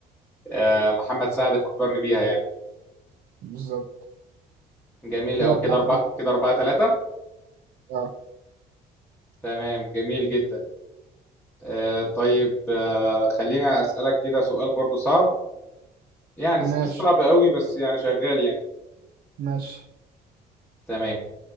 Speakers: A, in the centre; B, on the right.
A: آه، محمد سعد فكرني بيها يعني
B: بالظبط
A: جميل
B: كده
A: أوي
B: أربعة
A: كده أربعة كده أربعة تلاتة
B: اه
A: تمام جميل جدا آه طيب آه خلينا أسألك كده سؤال برضو صعب يعني مش
B: ماشي
A: صعب قوي بس يعني شغال يعني
B: ماشي
A: تمام